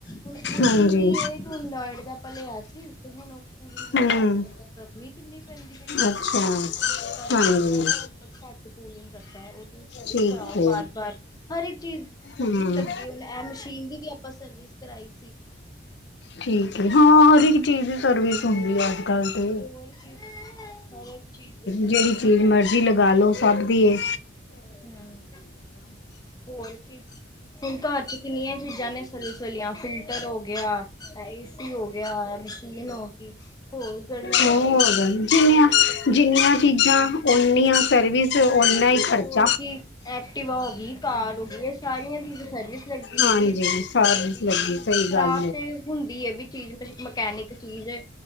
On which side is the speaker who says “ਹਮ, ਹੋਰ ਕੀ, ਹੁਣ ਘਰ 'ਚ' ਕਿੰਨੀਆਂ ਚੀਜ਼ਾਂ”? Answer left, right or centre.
Left